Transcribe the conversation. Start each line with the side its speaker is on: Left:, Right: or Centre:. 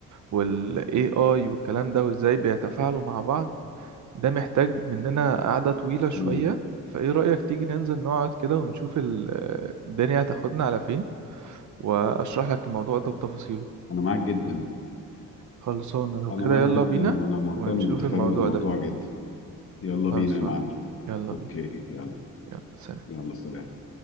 Right: وال AI والكلام ده وإزاي بيتفاعلوا مع بعض ده محتاج مننا قعدة طويلة شوية
Left: مم.
Right: فإيه رأيك تيجي ننزل نقعد كده ونشوف ال- آه، الدنيا هتاخدنا على فين وأشرح لك الموضوع ده بتفاصيله
Left: انا معاك جدا
Right: خلصانة لو
Left: انا
Right: كده
Left: معاك
Right: يلا
Left: جدا
Right: بينا
Left: وانا مهتم
Right: ونشوف
Left: انت
Right: الموضوع
Left: فاهم بالموضوع
Right: ده
Left: جدا يلا
Right: خلصانة
Left: بينا يا معلم
Right: يلا
Left: اوكي
Right: بينا
Left: يلا
Right: يلا سلام
Left: يلا سلام